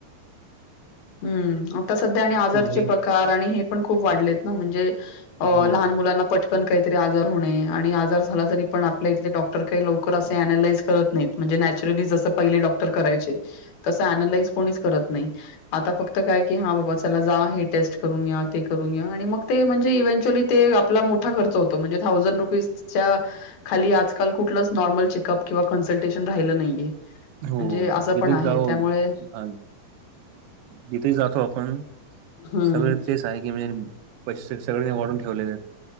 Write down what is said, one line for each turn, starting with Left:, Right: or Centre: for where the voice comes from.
Left: हम्म! आता सध्या आणि आजारचे
Right: घरी
Left: प्रकार आणि हे पण खूप वाढलेत ना, म्हणजे अ
Right: हो
Left: लहान मुलांना पटकन काहीतरी आजार होणे, आणि आजार झाला तरी पण आपल्या इथले डॉक्टर काही लवकर असे ॲनलाइज करत नाहीत. म्हणजे नॅचरली जस पहिले डॉक्टर करायचे, तसं ॲनलाइज कोणीच करत नाही. आता फक्त काय की, हा बाबा चला जा हे टेस्ट करून या ते करून या, आणि मग ते म्हणजे इव्हेंच्युली ते आपला मोठा खर्च होतो, म्हणजे थाउजन रुपीजच्या खाली आजकाल कुठलंच नॉर्मल चेकअप किंवा कन्सल्टेशन राहिलं नाहीये.
Right: हो
Left: म्हणजे असं
Right: जिथे
Left: पण आहे.
Right: जाऊ
Left: त्यामुळे
Right: हा जिथे जातो आपण
Left: हम्म
Right: सगळ तेेच आहे, की म्हणजे पैसे सगळे वाढून ठेवलेलेत.